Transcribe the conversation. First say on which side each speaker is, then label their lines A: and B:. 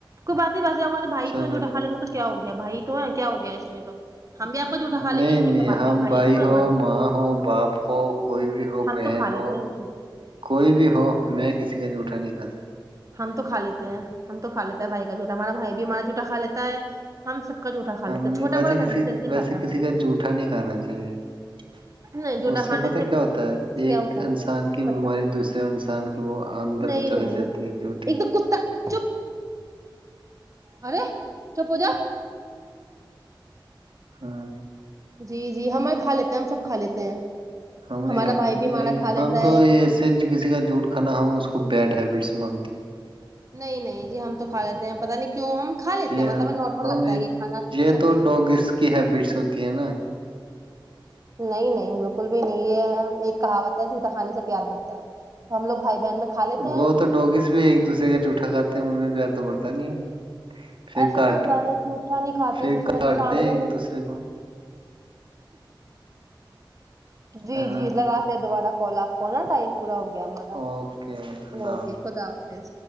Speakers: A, on the right; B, on the right.
A: کب <unintelligible> ویسے ہمارے بائی
B: چلو
A: تو ا جوٹایں گے تو کیا ہویا بھائی <unintelligible> تواں کیا ہو گیا اس میں تو <unintelligible> آپ کا جھوٹا کھا لیں
B: نہیں
A: گے اس میں
B: نہیں
A: کیا بات
B: ہم
A: ہے
B: بھائی
A: تو ہے
B: ہو
A: ہمارے
B: ماں ہو باپ ہو کوئی بھی ہو
A: ہم
B: بہن
A: تو کھا لیتے
B: ہو
A: ہیں
B: کوئی بھی ہو میں کسی <unintelligible> سٹھا نہیں کا <unintelligible>
A: ہم تو کھا لیتے ہیں ہم تو کھا لیتے ہیں بھائی کا چھوٹا ہمارا بھائی بھی ہمارا چھوٹا کھا لیتا ہے ہم سب <unintelligible>
B: ہم
A: لیتا ہے
B: نہیں
A: چھوٹا
B: ویسے
A: بڑا
B: کسی
A: جلدی
B: ویسے
A: کھاتا ہے
B: کسی
A: ہمارا
B: کا جوٹا نہیں کھانا چاہیے <unintelligible>
A: نہیں جھوٹا
B: اس سے
A: کھانے
B: پتہ کیا ہوتا ہے ایک
A: کیا ہوتا
B: انسان
A: ہے
B: کی
A: مطلب
B: بیماری دوسرے انسان کی وہ اندر
A: نہیں
B: جلک
A: نہیں
B: جاتی ہے جوٹے
A: ایک
B: <unintelligible>
A: تو کتا چپ ارے چ پو جا <unintelligible> <inaudible>
B: ہاں
A: جی جی ہمار کھا لیتے ہیں ہم سب کھا لیتے ہیں
B: ہم نہیں
A: ہمارا
B: کھاتے
A: بھائی بھی
B: یہ
A: ہمارا کھا
B: ہم
A: لیتا
B: تو
A: ہے
B: ایسے کسی کا جوٹ کھانا ہم اس کو بیڈ ہیبٹس مانگتے ہیں
A: نہیں نہیں جی ہم تو کھا لیتے ہیں پتہ نہیں کیوں ہم کھا لیتے
B: یہ
A: ہیں مطلب
B: ہاں
A: نارمل
B: ہم
A: لگتا ہے کہ کھانا
B: یہ
A: اوکے
B: تو ڈوگس کی ہیبٹس ہوتی ہے نا
A: نہیں نہیں بالکل بھی نہیں یہ ایک کہاوت ہے جھوٹا کھانے سے پیار بڑتا ہے تو ہم لوگ بھائی بہن میں کھا لیتے
B: وہ
A: ہیں
B: تو ڈوگیس بھی ایک دوسرے کا جوٹھا کاتے ہیں ان میں پیار تو بڑتا ت نہیں پھر
A: ایسے
B: کاٹ
A: تو گائے جوٹا نہیں کھات
B: پھر
A: تسے
B: کاٹتے
A: تو سانڈو
B: ہیں ایک دوسرے کو
A: جی
B: ہے نا
A: جی لگاتے دوبارہ کال آپ کو نا ٹائم پورا ہو گیا ہم ہمارا
B: اوکے خدا
A: اوکے
B: حافظ
A: خدا حافظ